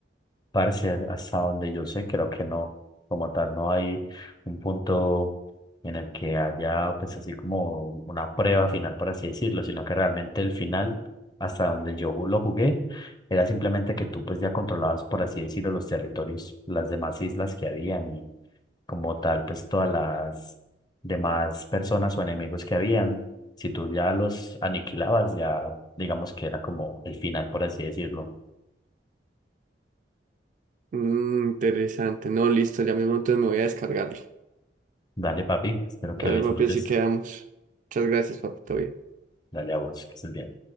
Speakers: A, on the left; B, on the right.
A: parce, hasta donde yo sé, creo que no, como tal, no hay un punto en el que haya, pues, así como una prueba final, por así decirlo, sino que realmente el final, hasta donde yo lo jugué, era simplemente que tú, pues, ya controlabas, por así decirlo, los territorios, las demás islas que habían como tal, pues todas las demás personas o enemigos que habían, si tú ya los aniquilabas, ya digamos que era como el final, por así decirlo.
B: Mm, interesante. No, listo, ya mismo entonces me voy a descargarlo.
A: Dale, papi, espero que
B: Dale,
A: lo disfrutes.
B: papi, así quedamos. Muchas gracias, papi, todo bien.
A: Dale a vos, que estés bien.